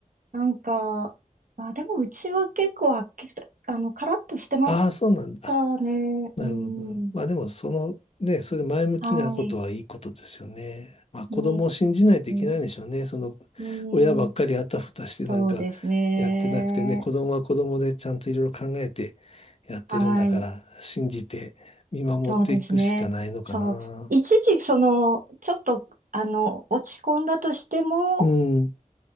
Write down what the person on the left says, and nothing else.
ああー、そうなんだ。
なるほど。
まあでも、その、ね、それ前向きなことはいいことですよね。
まあ子供を信じないといけないんでしょうね。
その、
親ばっかりあたふたしてなんかやってなくてね、
子供は子供でちゃんといろいろ考えてやってるんだから、
信じて見守っていくしかないのかな。
うん、